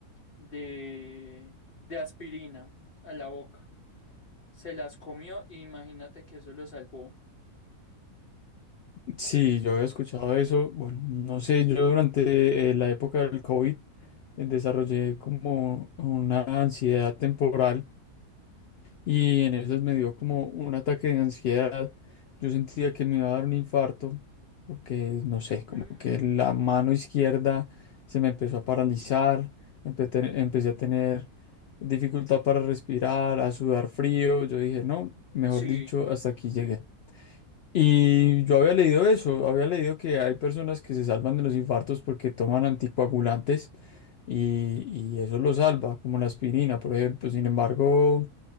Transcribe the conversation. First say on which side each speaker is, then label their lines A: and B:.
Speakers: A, on the left; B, on the left.
A: de, de aspirina a la boca. Se las comió y imagínate que eso lo salvó.
B: Sí, yo había escuchado eso. Bueno, no sé, yo durante eh, la época del COVID eh, desarrollé como una ansiedad temporal y en esas me dio como un ataque de ansiedad. Yo sentía que me iba a dar un infarto porque, no sé, como
A: Mm,
B: que la mano izquierda se me empezó a paralizar, empecé, empecé a tener dificultad para respirar, a sudar frío. Yo dije, no, mejor
A: sí,
B: dicho, hasta aquí llegué. Y yo había leído eso, había leído que hay personas que se salvan de los infartos porque toman anticoagulantes y, y eso lo salva, como la aspirina, por ejemplo. Sin embargo,